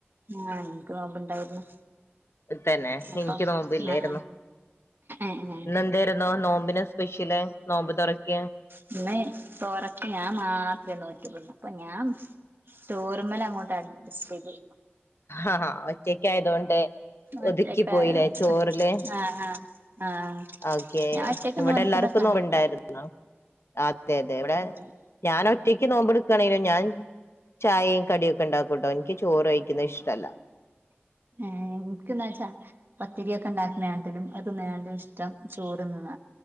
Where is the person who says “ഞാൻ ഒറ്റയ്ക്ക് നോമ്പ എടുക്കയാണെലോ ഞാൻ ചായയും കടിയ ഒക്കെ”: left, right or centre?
Left